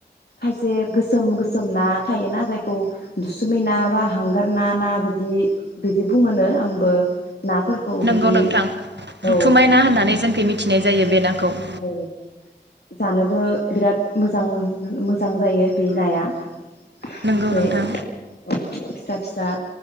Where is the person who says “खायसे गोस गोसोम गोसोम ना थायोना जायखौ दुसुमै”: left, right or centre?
Left